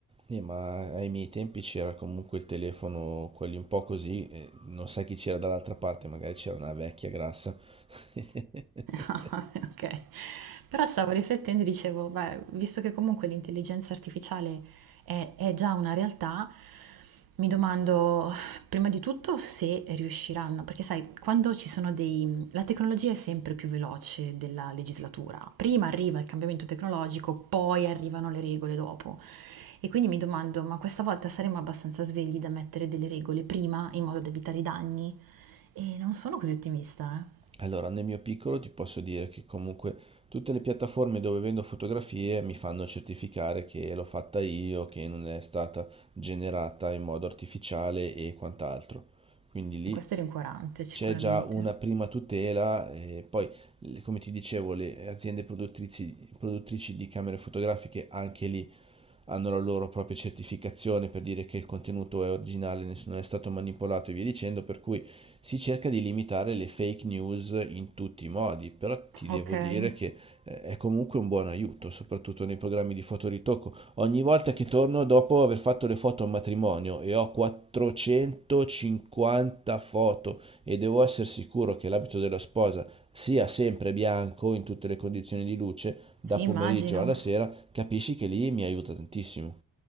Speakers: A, on the right (about 15°); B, on the right (about 80°).
A: Eh, ma ai miei tempi c'era comunque il telefono, quelli un po' così, eh, non sai chi c'era dall'altra parte, magari c'era una vecchia grassa. <laughs>
B: Ah, <laughs> vabbè, ok. Però stavo riflettendo e dicevo, beh, visto che comunque l'intelligenza artificiale è, è già una realtà, mi domando prima di tutto se riusciranno, perché sai, quando ci sono dei... La tecnologia è sempre più veloce della legislatura. Prima arriva il cambiamento tecnologico, poi arrivano le regole dopo. E quindi mi domando, ma questa volta saremo abbastanza svegli da mettere delle regole prima in modo da evitare i danni? E non sono così ottimista, eh.
A: Allora, nel mio piccolo ti posso dire che comunque tutte le piattaforme dove vendo fotografie mi fanno certificare che l'ho fatta io, che non è stata generata in modo artificiale e quant'altro. Quindi lì
B: E questo è rincuorante sicuramente.
A: c'è già una prima tutela e poi, l- come ti dicevo, le aziende produttrici, produttrici di camere fotografiche anche lì hanno la loro propria certificazione per dire che il contenuto è originale, nessuno è stato manipolato e via dicendo, per cui si cerca di limitare le fake news in tutti i modi, però ti devo
B: Okay,
A: dire che eh, è comunque un buon aiuto, soprattutto nei programmi di fotoritocco. Ogni volta che torno dopo aver fatto le foto a un matrimonio e ho 450 foto e devo essere sicuro che l'abito della sposa sia sempre bianco in tutte le condizioni di luce, da
B: sì
A: pomeriggio
B: immagino.
A: alla sera, capisci che lì mi aiuta tantissimo.